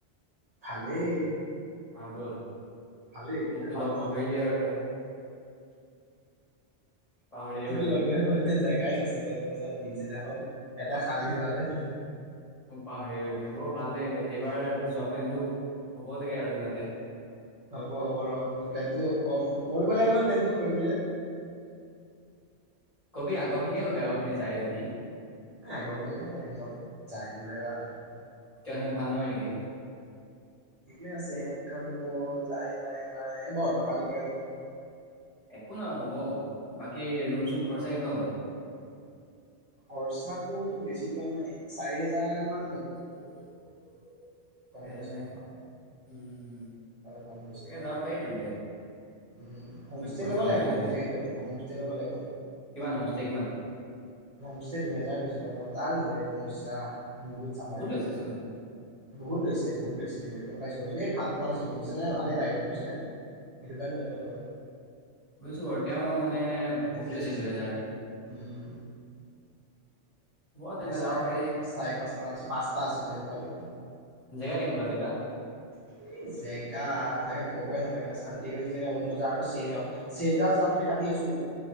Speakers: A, on the right (about 55°); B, on the left (about 35°).
A: ভালেই,
B: ভাল গ'ল
A: ভালেই বৰ
B: মোকতো
A: ভাল
B: লগ নধৰিলি
A: ন?
B: আৰু তই পাহৰিয়ে গলি
A: লগডাউন হয়, হে জেগাই নাছিলে পিছত পিছদিনাখন। এটা খালী <unintelligible>
B: মোক পাহৰি এ গলি হ'ব ভাল লাগিলে, এইবাৰ যোৱা প্লেনটো হ'ব লাগে আৰু যাতে।
A: হ'ব হ'ব ৰ। প্লেনটো কৰিব লাগিব ন প্লেনটো কৰিবলৈ।
B: কবি আগৰ খিনিয়ে কবি আগৰ খিনি যায় যদি।
A: আগৰখিনি চব <unintelligible>
B: কিয় সিহঁত ভাল নহয় নেকি?
A: ঠিকে আছে ইহঁত। খাম একো যাই নাই। এ বৰ অতপালি কৰে নহয়।
B: একো নহয় হ'ব, বাকী ৰুম চুম খৰচা কেনেকুৱা হ'ল?
A: খৰ্চাতো ৰোমটো বেছি লোৱা নাই চাৰি হে <unintelligible>
B: এহেজাৰ
A: কম গৈছে।
B: নাই হোৱা উমম
A: কম গৈছে
B: এ যাব পাৰি তেন্তে।
A: উম, হোমষ্টে
B: ইমান খৰচাও
A: ল'ব লাগিব
B: নাই
A: হোমষ্টে
B: যদি
A: কিন্তু হোমষ্টে ল'ব লাগিব।
B: কিমান হোমষ্টে কিমান
A: হোমষ্টে দুহেজাৰ লৈছিলে মজা আৰু বে মজা। বহুত চাফা ৰে,
B: লৈছে চোন
A: বহুত লৈছে বহুত লৈছে সেইটো গম পাইছো এনেই ভাল। পোৱা নাছিল হোমষ্টে এনে ভালেই পাই গলো বুইছ নে সেইটো কাৰণে লৈ ললো আৰু।
B: বুজিছো বাৰু তেওঁ মানে, বহুত
A: বেছি লৈছে।
B: দুহেজাৰ
A: উম,
B: বৰ
A: চাৰি
B: তেন্তে যাব পাৰি
A: চাৰি পাঁচটা মান আছিল পাঁচটা আছিলে পোৱালি।
B: জেগা কেনেকুৱা জেগা
A: এই জেগা,, জেগা ক'বই নালাগে আৰু। শান্তি ভেলী জেগা বহুত মজা আৰু চেৰগাঁও, চেৰগাঁও যাম বুলি ভাবি আছো।